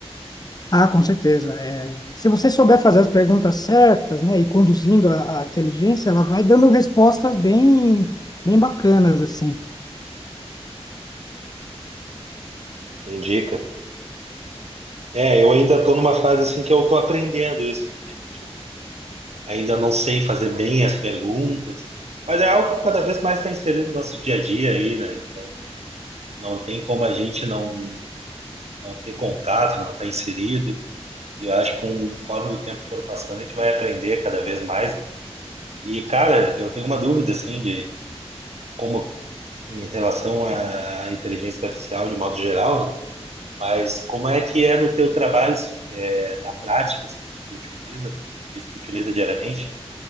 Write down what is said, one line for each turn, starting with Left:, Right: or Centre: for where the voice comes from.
Left: Ah, com certeza. É, se você souber fazer as perguntas certas, né, e conduzindo a, a inteligência, ela vai dando respostas bem, bem bacanas, assim.
Right: Indica, É, eu ainda estou numa fase assim que eu estou aprendendo isso. De repente, eu não- ainda não sei fazer bem as perguntas, mas é algo que cada vez mais está inserido no nosso dia a dia aí, né? Então, não tem como a gente não não ter contato, não estar inserido. E eu acho que conforme o tempo for passando, a gente vai aprender cada vez mais, né? E, cara, eu tenho uma dúvida assim de como em relação à inteligência artificial de modo geral, né? Mas como é que é no teu trabalho, é, na prática, assim, que tu utiliza, diz que utiliza diariamente,